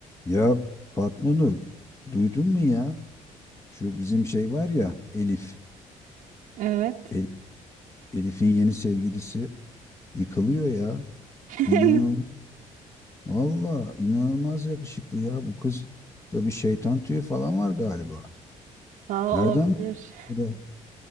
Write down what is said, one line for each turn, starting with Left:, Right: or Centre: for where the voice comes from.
Left: Ya Fatma Nur duydun mu ya? Şu bizim şey var ya Elif.
Right: Evet.
Left: El- Elif'in yeni sevgilisi yıkılıyor ya.
Right: <laughs>
Left: İnanıl Valla inanılmaz yakışıklı ya. Bu kız da bir şeytan tüyü falan var galiba.
Right: Valla
Left: Nereden
Right: olabilir.
Left: bu? bu da-